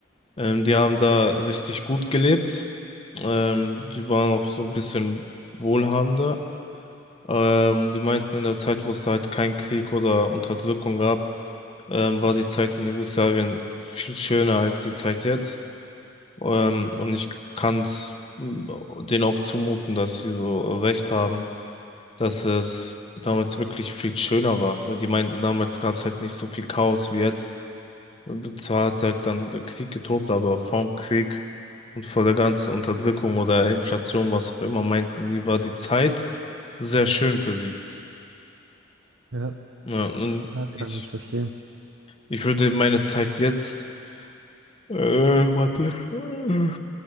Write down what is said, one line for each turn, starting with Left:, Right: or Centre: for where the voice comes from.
Left: ähm, die haben da richtig gut gelebt. Ähm, die waren auch so ein bisschen wohlhabender. Ähm, die meinten, in der Zeit, wo es halt keinen Krieg oder Unterdrückung gab, ähm, war die Zeit in Jugoslawien viel schöner als die Zeit jetzt. Ähm, und ich kann es denen auch zumuten, dass sie so recht haben dass es damals wirklich viel schöner war, weil die meinten, damals gab es halt nicht so viel Chaos wie jetzt. Und zwar hat halt dann der Krieg getobt, aber vorm Krieg und vor der ganzen Unterdrückung oder Inflation, was auch immer, meinten die, war die Zeit sehr schön für sie.
Right: Ja,
Left: Ja, und
Right: ja, kann
Left: ich,
Right: ich verstehen.
Left: ich würde meine Zeit jetzt, äh, warte, äh,